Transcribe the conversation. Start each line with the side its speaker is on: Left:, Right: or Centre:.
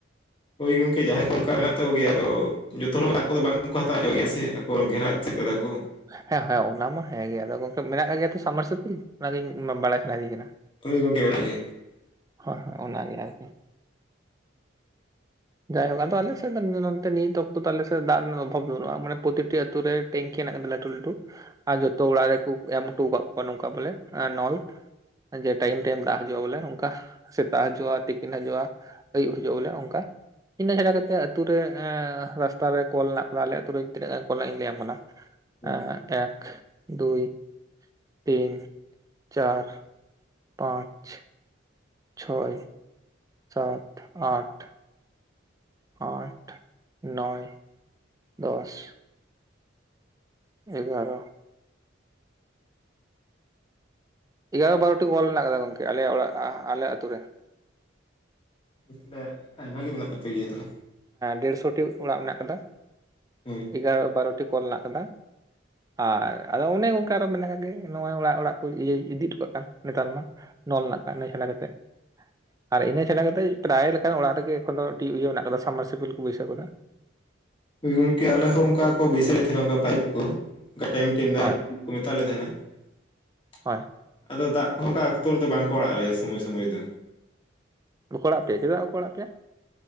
Left: ᱦᱳᱭ ᱜᱚᱝᱠᱮ ᱡᱟᱦᱟᱸᱭ ᱠᱚ ᱚᱱᱠᱟ ᱢᱮᱱᱟᱜ ᱛᱟᱠᱚ ᱜᱮᱭᱟ, ᱟᱫᱚ ᱡᱚᱛᱚ ᱦᱚᱲ ᱫᱟᱜ ᱠᱚᱫᱚ ᱵᱟᱝᱠᱚ ᱦᱟᱛᱟᱣ ᱚᱪᱚᱜ ᱜᱮᱭᱟ ᱥᱮ ᱟᱠᱚ ᱜᱷᱮᱨᱟᱣ ᱮᱥᱮᱫ ᱠᱟᱫᱟ ᱠᱚ᱾
Right: ᱦᱮᱸ ᱦᱮᱸ ᱚᱱᱟ ᱢᱟ ᱦᱮᱸ ᱜᱮ ᱟᱫᱚ ᱜᱚᱝᱠᱮ ᱢᱮᱱᱟᱜ ᱠᱟᱜ ᱜᱮᱭᱟ ᱛᱚ ᱥᱟᱵᱢᱟᱨᱥᱟᱞᱤᱯᱤᱞ ᱚᱱᱟᱜᱤ ᱵᱟᱲᱟᱭ ᱥᱟᱱᱟᱭᱤᱫᱤᱧ ᱠᱟᱱᱟ
Left: ᱦᱳᱭ ᱜᱚᱝᱠᱮ ᱢᱮᱱᱟᱜ ᱜᱮᱭᱟ᱾
Right: ᱦᱳᱭ ᱦᱳᱭ ᱚᱱᱟᱜᱮ ᱟᱨᱠᱤ ᱡᱟᱭᱦᱳᱠ ᱟᱫᱚ ᱟᱞᱮᱥᱮᱫ ᱫᱚ ᱱᱚᱱᱛᱮ ᱱᱤᱛ ᱚᱠᱛᱚ ᱟᱞᱮᱥᱮᱫ ᱫᱟᱜ ᱨᱮᱱᱟᱜ ᱚᱵᱷᱟᱵ ᱵᱟᱹᱱᱩᱜᱼᱟ ᱾ ᱢᱟᱱᱮ ᱯᱨᱚᱛᱤᱴᱤ ᱟᱛᱩ ᱨᱮ, ᱴᱮᱝᱠᱮ ᱦᱮᱱᱟᱜ ᱠᱟᱫᱟ ᱞᱟᱹᱴᱩ ᱞᱟᱹᱴᱩ ᱾ ᱟᱨ ᱡᱚᱛᱚ ᱩᱲᱟᱜ ᱨᱮᱠᱩ ᱮᱢ ᱦᱩᱴᱩ ᱠᱟᱜ ᱠᱚᱣᱟ ᱱᱚᱝᱠᱟ ᱵᱚᱞᱮ ᱮᱱ ᱱᱚᱞ ᱡᱮ
Left: ᱦᱳᱭ
Right: ᱴᱟᱭᱤᱢ ᱴᱟᱭᱤᱢ ᱫᱟᱜ ᱦᱟᱡᱩᱜᱼᱟ ᱵᱚᱞᱮ ᱚᱝᱠᱷᱟ ᱥᱮᱛᱟᱜ ᱦᱟᱡᱩᱜᱼᱟ ᱛᱤᱠᱤᱱ ᱦᱟᱡᱩᱜᱼᱟ ᱟᱹᱭᱩᱵ ᱦᱟᱡᱩᱜᱼᱟ ᱵᱚᱞᱮ ᱚᱝᱠᱟ ᱾ ᱤᱱᱟᱹ ᱜᱷᱟᱰᱟ ᱠᱟᱛᱮᱜ ᱟᱹᱛᱩ ᱨᱮ ᱨᱟᱥᱛᱟ ᱨᱮ ᱠᱚᱞ <unintelligible> ᱟᱞᱮ ᱟᱹᱛᱩ ᱨᱮ ᱛᱤᱱᱟᱹᱜ ᱜᱟᱱ ᱠᱚᱞ ᱤᱧ ᱞᱟᱹᱭᱟᱢ ᱠᱟᱱᱟ ᱾
Left: ᱦᱳᱭ
Right: ᱮᱸ ᱮᱠ, ᱫᱩᱭ, ᱛᱤᱱ, ᱪᱟᱨ, ᱯᱟᱸᱪ ᱪᱷᱚᱭ ᱥᱟᱛ ᱟᱴ ᱟᱴ ᱱᱚᱭ ᱫᱚᱥ ᱮᱜᱟᱨᱚ ᱤᱜᱟᱨᱚ ᱵᱟᱨᱳᱴᱤ ᱠᱚᱞ ᱢᱮᱱᱟᱜ ᱠᱟᱫᱟ ᱜᱚᱝᱠᱮ ᱟᱞᱮ ᱚᱲᱟᱜ ᱟᱞᱮ ᱟ ᱟᱹᱛᱩ ᱨᱮ ᱾
Left: ᱩᱫᱢᱮ ᱟᱭᱢᱟ ᱜᱤ ᱢᱮᱱᱟᱜ ᱛᱟᱯᱮ ᱜᱮᱭᱟ ᱛᱷᱟᱦᱮ᱾
Right: ᱫᱮᱲᱥᱚᱴᱤ ᱚᱲᱟᱜ ᱢᱮᱱᱟᱜ ᱠᱟᱫᱟ ᱾
Left: ᱦᱳᱭ
Right: ᱤᱜᱟᱨᱚ ᱵᱟᱨᱚᱴᱤ ᱠᱚᱞ ᱢᱮᱱᱟᱜ ᱠᱟᱫᱟ ᱾ ᱟᱨ ᱟᱫᱚ ᱚᱱᱮ ᱚᱝᱠᱮ ᱟᱨᱚ ᱢᱮᱱᱟᱜ ᱜᱤ ᱱᱚᱣᱟ ᱚᱲᱟᱜ ᱚᱲᱟᱜ ᱠᱚ ᱤᱭᱟᱹ ᱤᱫᱤ ᱚᱴᱚᱠᱟᱜ ᱠᱟᱱ ᱱᱮᱛᱟᱨ ᱢᱟ ᱾ ᱱᱚᱞ ᱱᱟᱜ ᱠᱟᱜ ᱱᱟᱹᱭ ᱦᱟᱞᱟ ᱠᱟᱛᱮᱜ ᱾ ᱟᱨ ᱤᱱᱟᱹ ᱪᱷᱟᱰᱟ ᱠᱟᱛᱮᱡ ᱯᱨᱟᱭ ᱞᱮᱠᱟᱱ ᱚᱲᱟᱜ ᱨᱮᱜᱮ ᱮᱠᱷᱚᱱ ᱫᱚ ᱴᱤᱭᱟ ᱤᱭᱟᱹ ᱢᱮᱱᱟᱜ ᱠᱟᱫᱟ ᱥᱟᱵᱢᱟᱨᱥᱤᱵᱤᱞ ᱠᱚ ᱵᱟᱹᱭᱥᱟᱹᱣ ᱠᱟᱫᱟ ᱾
Left: ᱦᱳᱭ ᱜᱚᱝᱠᱮ ᱟᱞᱮ ᱦᱚᱸ ᱚᱱᱠᱟ ᱠᱚ ᱵᱟᱹᱭᱥᱟᱹᱣ ᱞᱮᱛ ᱛᱟᱦᱮᱱᱟ ᱚᱱᱠᱟ ᱯᱟᱭᱤᱯ ᱠᱩ ᱾ <unintelligible> ᱴᱟᱭᱤᱢ ᱴᱟᱭᱤᱢ ᱫᱟᱜ
Right: ᱦᱳᱭ
Left: ᱦᱤᱡᱩᱜ ᱠᱚ ᱢᱮᱛᱟᱜ ᱞᱮ ᱛᱟᱦᱮᱸᱱᱟ <unintelligible> ᱾
Right: ᱦᱳᱭ
Left: ᱟᱫᱚ ᱫᱟᱜ ᱠᱚᱦᱚᱸ ᱚᱱᱠᱟ ᱚᱠᱛᱚ ᱨᱮᱫᱚ ᱵᱟᱝ ᱠᱚ ᱟᱲᱟᱜ ᱞᱮᱭᱟ ᱥᱚᱢᱚᱭ ᱥᱚᱢᱚᱭ ᱫᱚ ᱾
Right: ᱵᱟᱠᱚ ᱟᱲᱟᱜ ᱯᱮ ᱪᱮᱫᱟᱜ ᱵᱟᱠᱚ ᱟᱲᱟᱜ ᱯᱮᱭ ᱾